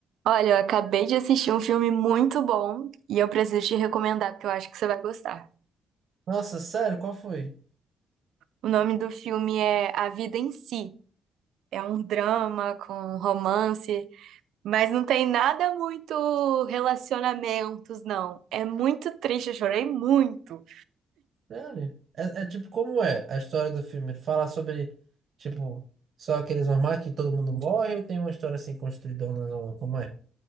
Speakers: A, on the right; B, on the right.
A: Olha, eu acabei de assistir um filme muito bom e eu preciso te recomendar porque eu acho que você vai gostar.
B: Nossa, sério? Qual foi?
A: O nome do filme é A Vida em Si. É um drama com romance, mas não tem nada muito relacionamentos, não. É muito triste, eu chorei muito.
B: Sério? É, é tipo, como é a história do filme? Ele fala sobre, tipo, só aqueles normais que todo mundo morre ou tem uma história assim construidona? não? Como é?